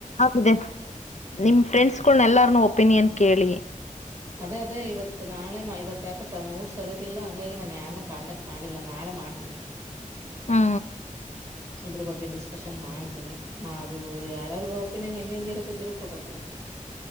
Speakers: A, on the left; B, on the right.
A: ಇದೆ ನಿಮ ಫ್ರೆಂಡ್ಸ್ಗಳನ್ನ ಎಲ್ಲಾರ್ನು ಒಪಿನಿಯನ್ ಕೇಳಿ
B: ಅದೇ ಅದೇ ಇವತ್ ನಾಳೆ ಇವತ್ತ ಯಕ ಮೂಡ್ ಸರಿರ್ಲಿಲ್ಲ ಹಂಗಾಗಿ ನಾನನ್ ಯಏಾನು ಕಾಂಟ್ಯಾಕ್ಟ್ ಮಾಡಿಲ್ಲ ನಾಳೆ ಮಾಡ್ತೀನಿ
A: ಹಾ
B: ಇದ್ರ ಬಗ್ಗೆ ಡಿಸ್ಕಷನ್ ಮಾಡ್ತೀನಿ ಅದು ಯಾರಾರು ಪ್ಪಿನೇನ್ ಹೆಂಗ್ ಹೆಂಗಿರೋದು ತಿಳ್ಕೋಬೇಕಲ್ಲ